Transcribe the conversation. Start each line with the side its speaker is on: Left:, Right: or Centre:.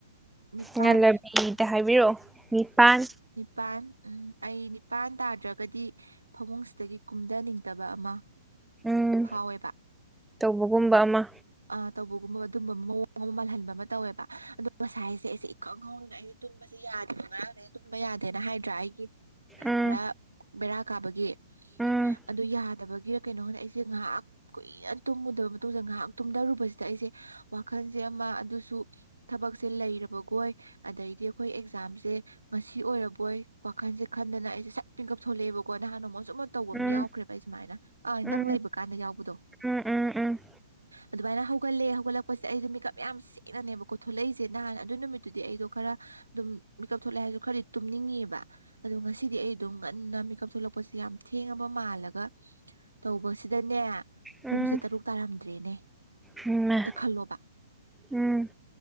Right: ꯅꯤꯄꯥꯜ
Centre: ꯉꯂꯕꯤꯗ ꯍꯥꯏꯕꯤꯔꯛꯑꯣ ꯅꯤꯄꯥꯟ
Right: ꯅꯤꯄꯥꯜ ꯎꯝ ꯑꯩ ꯅꯤꯄꯥꯟ ꯇꯥꯗ꯭ꯔꯒꯗꯤ ꯐꯃꯨꯡꯁꯤꯗꯒꯤ ꯀꯨꯝꯊꯅꯤꯡꯗꯕ ꯑꯃ
Centre: ꯎꯝ
Right: ꯐꯥꯎꯋꯦꯕ
Centre: ꯇꯧꯕꯒꯨꯝꯕ ꯑꯃ
Right: ꯑ ꯇꯧꯕꯒꯨꯝꯕ ꯑꯗꯨꯝꯕ ꯃꯑꯣꯡ ꯑꯃ ꯃꯥꯜꯍꯟꯕ ꯑꯃ ꯇꯧꯋꯦꯕ ꯑꯗꯣ ꯉꯁꯥꯏꯁꯦ ꯑꯩꯁꯦ ꯈꯪꯍꯧꯗꯅ ꯑꯩꯁ ꯇꯨꯝꯕꯁꯦ ꯌꯥꯗꯕ ꯉꯔꯥꯡ ꯇꯨꯝꯕ ꯌꯥꯗꯦꯅ ꯍꯥꯏꯗ꯭ꯔꯥ ꯑꯩꯒꯤ
Centre: ꯎꯝ
Right: ꯈꯔ ꯕꯦꯔꯥ ꯀꯥꯕꯒꯤ
Centre: ꯎꯝ
Right: ꯑꯗꯨ ꯌꯥꯗꯕꯒꯤꯔ ꯀꯩꯅꯣꯅꯦ ꯑꯩꯁꯦ ꯉꯥꯏꯍꯥꯛ ꯀꯨꯏꯅ ꯇꯨꯝꯃꯨꯗꯕ ꯃꯇꯨꯡꯗ ꯉꯥꯏꯍꯥꯛ ꯇꯨꯝꯊꯔꯨꯕꯁꯤꯗ ꯑꯩꯁꯦ ꯋꯥꯈꯜꯁꯦ ꯑꯃ ꯑꯗꯨꯁꯨ ꯊꯕꯛꯁꯦ ꯂꯩꯔꯕꯈꯣꯏ ꯑꯗꯩꯗꯤ ꯑꯩꯈꯣꯏ ꯑꯦꯛꯖꯥꯝꯁꯦ ꯉꯁꯤ ꯑꯣꯏꯔꯕꯣꯏ ꯋꯥꯈꯟꯁꯦ ꯈꯟꯗꯅ ꯑꯩꯁꯦ ꯁꯠ ꯄꯤꯡꯀꯞ ꯊꯣꯛꯂꯛꯑꯦꯕꯀꯣ ꯅꯍꯥꯟ ꯅꯣꯡꯃꯛꯁꯨꯨꯝ ꯇꯧꯕ ꯑꯃ
Centre: ꯎꯝ
Right: ꯌꯥꯎꯈ꯭ꯔꯦꯕ ꯑꯩ ꯁꯨꯃꯥꯏꯅ ꯑ ꯅꯪ
Centre: ꯎꯝ
Right: ꯂꯩꯕ ꯀꯥꯟꯗ ꯌꯥꯎꯕꯗꯣ
Centre: ꯎꯝ ꯎꯝ ꯎꯝ
Right: ꯑꯗꯨꯃꯥꯏꯅ ꯍꯧꯒꯠꯂꯦ ꯍꯧꯒꯠꯂꯛꯄꯁꯦ ꯑꯩꯗꯤ ꯃꯤꯀꯞ ꯌꯥꯝ ꯊꯦꯡꯅꯅꯦꯕꯀꯣ ꯊꯣꯛꯂꯛꯏꯁꯦ ꯅꯍꯥꯟ ꯑꯗꯨ ꯅꯨꯃꯤꯠꯇꯨꯗꯤ ꯑꯩꯗꯣ ꯈꯔ ꯑꯗꯨꯝ ꯃꯤꯀꯞ ꯊꯣꯛꯂꯛꯦ ꯍꯥꯏꯔꯁꯨ ꯈꯔꯗꯤ ꯇꯨꯝꯅꯤꯡꯉꯦꯑꯕ ꯑꯗ ꯉꯁꯤꯗꯤ ꯑꯩ ꯑꯗꯨꯝ ꯉꯟꯅ ꯃꯤꯦꯀꯞ ꯊꯣꯛꯂꯛꯄꯁꯤ ꯌꯥꯝ ꯊꯦꯡꯉꯕ ꯃꯥꯜꯂꯒ ꯇꯧꯕꯁꯤꯗꯅꯦ
Centre: ꯎꯝ
Right: ꯄꯨꯡꯁꯦ ꯇꯔꯨꯛ ꯇꯥꯔꯝꯗ꯭ꯔꯦꯅꯦ
Centre: ꯎꯝ ꯎꯝ
Right: ꯑꯝꯇ ꯈꯜꯂꯣꯕ
Centre: ꯎꯝ